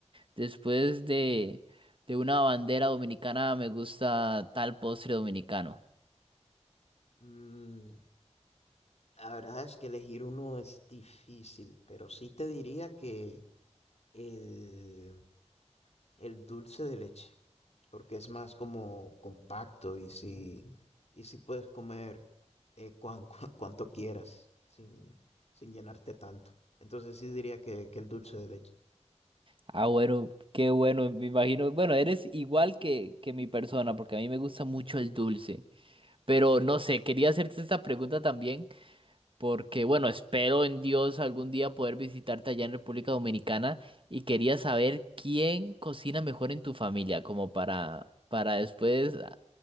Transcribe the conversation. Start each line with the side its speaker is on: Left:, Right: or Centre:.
Right: después de, de una bandera dominicana me gusta tal postre dominicano.
Left: Mm, la verdad es que elegir uno es difícil, pero sí te diría que el, el dulce de leche, porque es más como compacto y si, y si puedes comer eh, cuan- <laughs> cua- cuanto quieras sin, sin llenarte tanto. Entonces sí diría que, que el dulce de leche.
Right: Ah, bueno, qué bueno, me imagino, bueno, eres igual que, que mi persona, porque a mí me gusta mucho el dulce, pero no sé, quería hacerte esta pregunta también. porque bueno, espero en Dios algún día poder visitarte allá en República Dominicana y quería saber quién cocina mejor en tu familia, como para, para después ah,